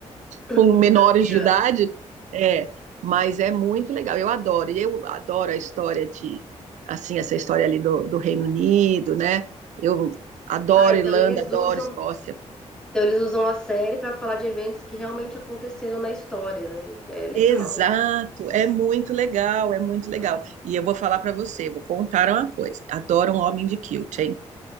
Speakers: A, on the right; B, in the centre.
A: com
B: Com
A: menores
B: a criança.
A: de idade. É, mas é muito legal. Eu adoro. E eu adoro a história de, assim, essa história ali do, do Reino Unido, né? Eu adoro
B: Ah, então
A: Irlanda,
B: eles
A: adoro
B: usam,
A: Escócia.
B: então eles usam a série para falar de eventos que realmente aconteceram na história, né? É legal,
A: Exato, é muito legal, é muito legal.
B: legal.
A: E eu vou falar para você, vou contar uma coisa. Adoro um homem de quilt, hein?